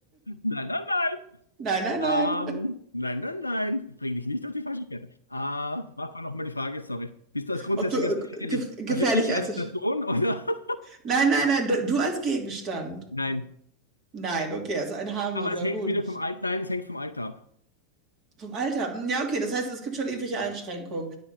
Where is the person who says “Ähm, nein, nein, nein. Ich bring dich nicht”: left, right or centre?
Left